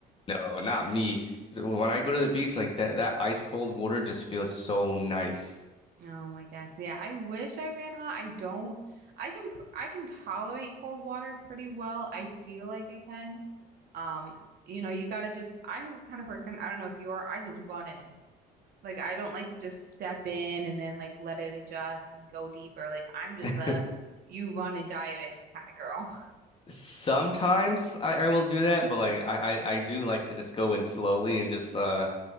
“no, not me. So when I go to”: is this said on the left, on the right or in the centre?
Left